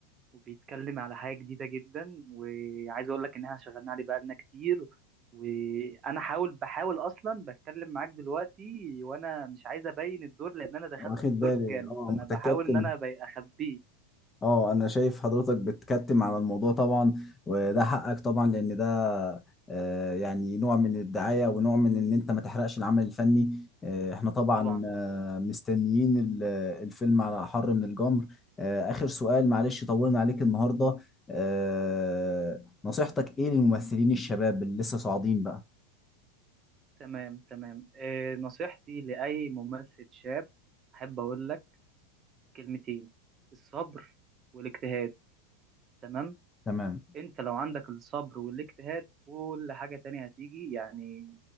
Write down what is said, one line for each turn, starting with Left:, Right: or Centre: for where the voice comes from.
Right: وبيتكلم على حاجة جديدة جدا وعايز اقول لك ان احنا شغالين عليه بقالنا كتير وانا حاول بحاول اصلا بتكلم معاك دلوقتي وانا مش عايز ابين الدور لان انا دخلت
Left: واخد
Right: في الدور
Left: بالي
Right: جامد
Left: اه
Right: فانا
Left: متكتل
Right: بحاول ان انا أبي- اخبيه
Left: اه انا شايف حضرتك بتكتم على الموضوع طبعا وده حقك طبعا لان ده آه، يعني نوع من الدعاية ونوع من ان انت ما تحرقش العمل الفني آه، احنا طبعا
Right: طبعا
Left: آه، مستنيين ال- الفيلم على احر من الجمر آه، اخر سؤال معلش طولنا عليك النهاردة آه، نصيحتك ايه للممثلين الشباب اللي لسه صاعدين بقى
Right: تمام تمام آه، نصيحتي لاي ممثل شاب احب اقول لك كلمتين الصبر والاجتهاد تمام
Left: تمام
Right: انت لو عندك الصبر والاجتهاد كل حاجة تانية هتيجي يعني